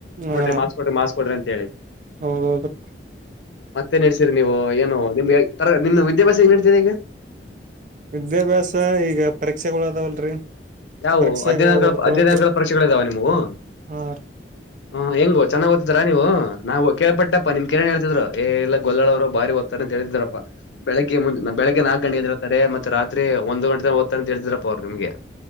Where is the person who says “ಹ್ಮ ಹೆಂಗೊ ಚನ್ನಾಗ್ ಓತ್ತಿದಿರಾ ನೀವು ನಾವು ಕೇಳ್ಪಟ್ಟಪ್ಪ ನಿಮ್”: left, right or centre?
Left